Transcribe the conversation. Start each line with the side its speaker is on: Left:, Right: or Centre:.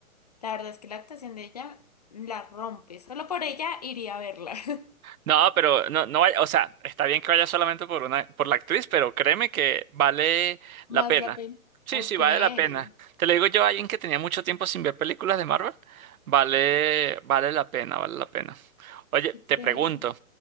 Left: La verdad es que la actuación de ella la rompe, solo por ella iría a verla. <laughs>
Right: No, pero no, no vaya, o sea, está bien que vaya solamente por una, por la actriz, pero créeme que vale la
Left: Más
Right: pena.
Left: la pena.
Right: Sí,
Left: Ok,
Right: sí, vale
Left: qué
Right: la pena. Te lo digo yo, alguien que tenía mucho tiempo sin ver películas de Marvel, vale, vale la pena, vale la pena. Oye,
Left: chévere.
Right: te pregunto,